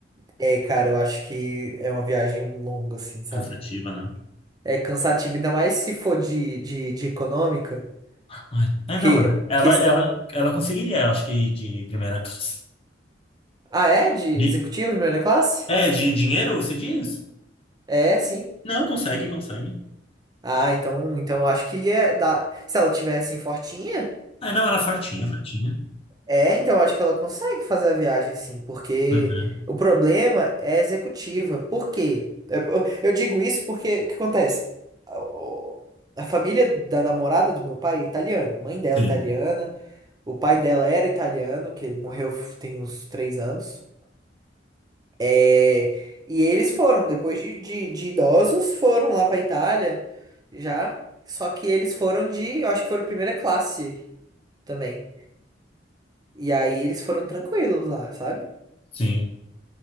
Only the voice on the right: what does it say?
É, cara, eu acho que é uma viagem longa, assim, sabe?
É cansativo, ainda mais se for de, de, de econômica.
Porque
questão.
Ah, é? De executivo,
primeira classe?
É, sim.
Ah, então, então eu acho que é da... se ela tivesse assim, fortinha.
É, então eu acho que ela consegue fazer a viagem sim, porque
o problema é a executiva. Por quê? É, Eu eu digo isso porque o que acontece? A o- a família da namorada do meu pai é italiana, a mãe dela
é italiana, o pai dela era italiano, que ele morreu f- tem uns três anos. É, e eles foram, depois de, de, de idosos, foram lá pra Itália já. Só que eles foram de, eu acho que foram primeira classe também. E aí eles foram tranquilos lá, sabe?